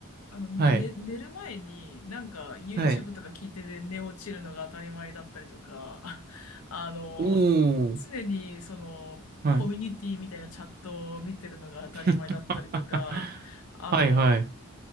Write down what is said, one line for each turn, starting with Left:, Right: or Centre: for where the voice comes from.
Left: あの、ね、
Right: はい。
Left: 寝る前になんか YouTube
Right: はい。
Left: とか聞いてで寝落ちるのが当たり前だったりとか、<laughs> あの、
Right: おー。
Left: 常にそのコミュニティみたいなチャットを見てるのが当たり前だったりとか、
Right: はい。<laughs>
Left: あの、
Right: はいはい。